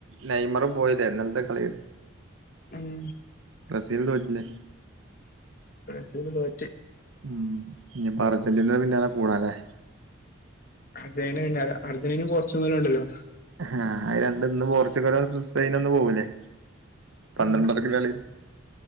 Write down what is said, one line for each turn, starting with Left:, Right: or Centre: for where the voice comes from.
Right: നൈമറ് പോയില്ലേ ഇന്നൽത്തെ കളീല്
Left: ഉം
Right: ബ്രസീല് തോറ്റില്ലേ
Left: ബ്രസീല് തോറ്റ്
Right: ഉം ഇനിപ്പ അർജന്റീന പിന്നാലേ കൂടാലേ
Left: അർജന്റ പിന്നാലെ അർജന്റീനേം പോർച്ചുഗലും ഇണ്ടല്ലോ
Right: ആഹ് അയിരണ്ടിന്ന് പോർച്ചുഗലോ സ്പെയിനോ ഇന്ന് പോവൂല്ലേ പന്ത്രണ്ടരക്കുള്ള
Left: ഉം
Right: കളീല്